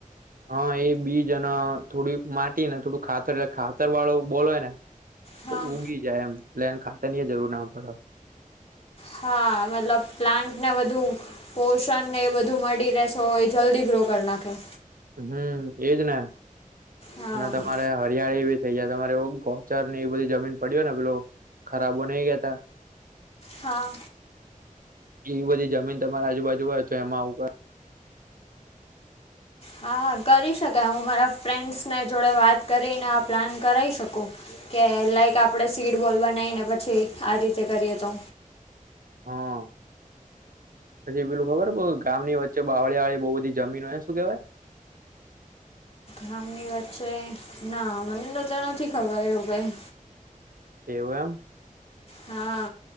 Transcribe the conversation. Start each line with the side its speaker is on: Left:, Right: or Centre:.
Right: હા, એ બીજ અને થોડી માટી ને થોડું ખાતર એટલે ખાતર વાળો બોલ હોય ને.
Left: હા
Right: તો ઉગી જાય એમ પ્લેન ખાતર નીય જરૂર ના પડે.
Left: હા, મતલબ પ્લાન્ટ ને બધુ. પોષણ ને એ બધું મળી રહેતો હોય એ જલ્દી ગ્રો કરી નાખે.
Right: હમ એજ ને,
Left: હા
Right: અને તમારે હરિયાળી એવી કે જ્યાં તમારે ગૌચર ને એ બધી જમીન પડ્યો ને પેલો ખરાબો નઇ હતા.
Left: હા.
Right: એ બધી જમીન તમારી આજુબાજુ હોય તો એમાં આવું કર
Left: હા! હા! કરી શકાય હું મારા ફ્રેન્ડ્સને જોડે વાત કરીને આ પ્લાન કરાઈ શકું. કે લાઈક આપડે સીડ બોલ બનાવીને પછી આ રીતે કરીએ તો.
Right: હા. પછી પેલું ખબર ગામની વચ્ચે બાવળિયા વાળી બો બધી જમીન હોય શું કેવાય?
Left: ગામની વચ્ચે ના મને તો નથી ખબર એવું કઈ.
Right: એવું એમ.
Left: હા,